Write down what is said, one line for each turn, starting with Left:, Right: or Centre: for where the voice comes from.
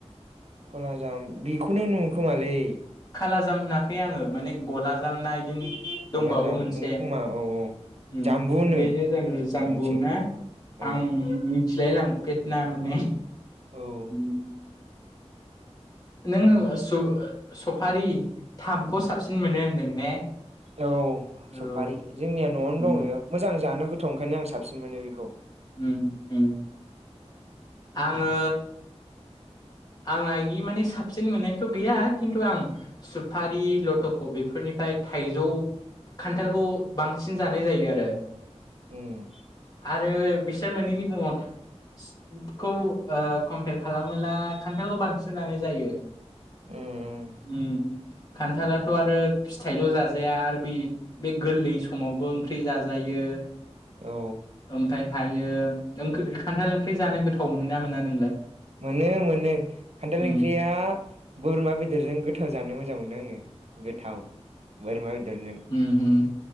Right: खलाजाम बेखौनो होनोखोमालै।
Left: खााला जाम होनाखै आङो माने गला जाम ना इदिनो।
Right: कलाजाम
Left: दंबावो मोनसे
Right: नंगौ खोमा औ औ
Left: ओम
Right: जाम्बु होनो
Left: बेनो जाबाय जाम्बुना
Right: जोंनिथिं औ
Left: आं। फिलाय लांफेदना माने।
Right: औ
Left: उम। नों होबा सु ओ। सफारि थामखौ साबसिन मोनो होनदों ने।
Right: औ
Left: औ।
Right: सफारि जोंनिया न'आवनो
Left: उम,
Right: दङ मोजां जानो गोथाव ओंखायनो आं साबसि। साबसिन मोनो बेखौ।
Left: ओं-ओं आङो। आंना इदि माने साबसिन मोननायथ' गैया खिन्थु आं सुफारि लथक' बेफोरनिफ्राय थाइजौ खान्थालखौ बांसिन जानाय जायो आरो।
Right: ओम।
Left: आरो बिसोर मोनैनि मुङाव <unintelligible> खौ कम्पेयार खालामोब्ला। खान्थालखौ बांसिन जानाय जायो
Right: उम
Left: ओम खान्थालाथ' आरो फिथाइल' जाजाया आरो बे बे गोरलै समावबो ओंख्रि जाजायो
Right: औ
Left: ओमफ्राय हायो <unintelligible> खान्थाल ओंख्रि जानो गोथाव मोनो ना मोना नोंलाय।
Right: मोनो मोनो खान्थाल
Left: उम
Right: ओंख्रिया बोरमा बेदरजों गोथाव जानो मोजां मोनो आङो। गोथाव बोरमा। बेदरजों
Left: ओम ओम